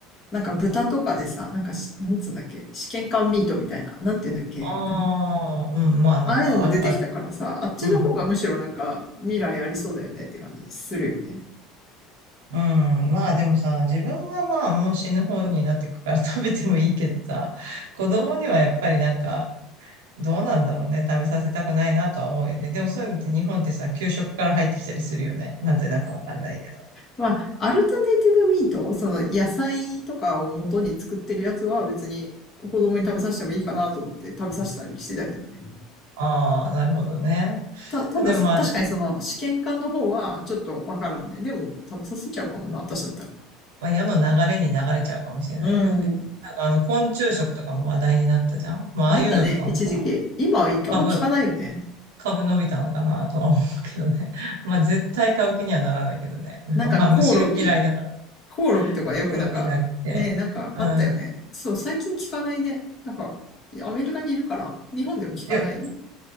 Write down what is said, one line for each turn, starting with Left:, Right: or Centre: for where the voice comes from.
Left: なんか豚とかでさ、なんかし、なんつうんだっけ、試験管ミートみたいな、なんていうんだっけ、
Right: あ
Left: なん
Right: あ、うん、まあなんかある、
Left: ああいうのも出てきたからさ、
Right: ある。
Left: あっちの方がむしろなんか未来ありそうだよねって感じするよね。
Right: うん。うん、まあでもさ、自分はまあもう死ぬ方になってくから <laughs> 食べてもいいけどさ、子供にはやっぱりなんか、どうなんだろうね。食べさせたくないなとは思うよね。でもそういうのって日本ってさ、給食から入ってきたりするよね。なぜだかわかんないけど。
Left: まあ、アルタネイティブミート、その野菜とかを元に作ってるやつは別に子供に食べさせてもいいかなと思って食べさせたりしてたけどね。
Right: ああ、なるほどね。
Left: た、ただそ、
Right: でもまあ、
Left: 確かにその試験管の方はちょっとわからんね。でも食べさせちゃうかもな、私だったら。
Right: まあ、世の流れに流れちゃうかもしれないけどね。
Left: うん。
Right: なんかあの、昆虫食とかも話題になったじゃん。まあ、
Left: あったね、
Right: ああいうのとかもさ、
Left: 一時期。今はあんま聞かないよね。
Right: 株、株伸びたのかなとは思うけどね。<laughs> まあ、絶対買う気にはならないけどね。なんかまあ、
Left: なんかコオロギ
Right: 虫が嫌いだから。
Left: コオロギとかよくなんか、
Right: コオロギだっけうん。
Left: ねえなんかあったよね。そう、最近聞かないね。なんか、アメリカにいるから日本でも聞かない
Right: いや